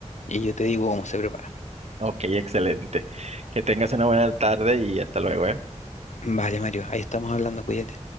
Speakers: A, on the left; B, on the right.
A: Y yo te digo cómo se prepara.
B: Ok, excelente. Que tengas una buena tarde y hasta luego, ¿eh?
A: Vale, Mario, ahí estamos hablando, cuídate.